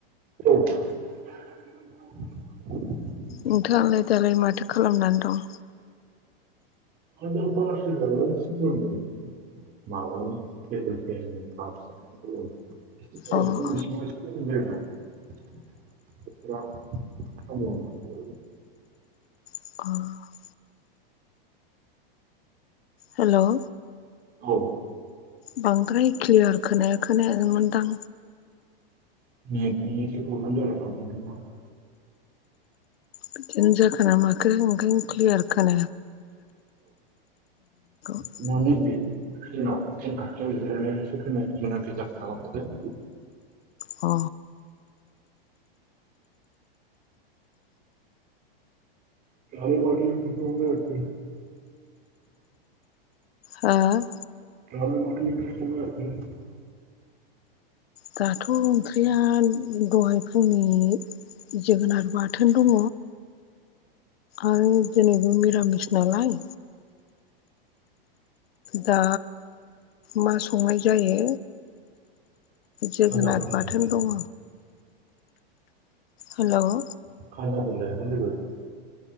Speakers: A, on the right (about 30°); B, on the left (about 80°).
A: <unintelligible>
B: नोंथांआलाय दालाय माथो खालामनानै दं?
A: <unintelligible> <unintelligible> <unintelligible>
B: अ
A: <unintelligible>
B: <unintelligible> हेल'।
A: औ।
B: बांद्राय क्लियार खोनाया खोनाया मोनदां।
A: <unintelligible>
B: बिदिनो जाखोना माखो क्लियार खोन <unintelligible>
A: <unintelligible>
B: अ।
A: <unintelligible>
B: हो।
A: दालाय माथो ओंख्रि संनो नागिरखो?
B: दाथ' ओंख्रिया दहाय फुंनि जोगोनार बाथोन दङ। आरो दिनैबो मिरामिस नालाय। दा मा संनाय जायो? जोगोनथ
A: खाजाफोरजोंसो
B: बाथोन दङ। हेल'।
A: <unintelligible> जेबो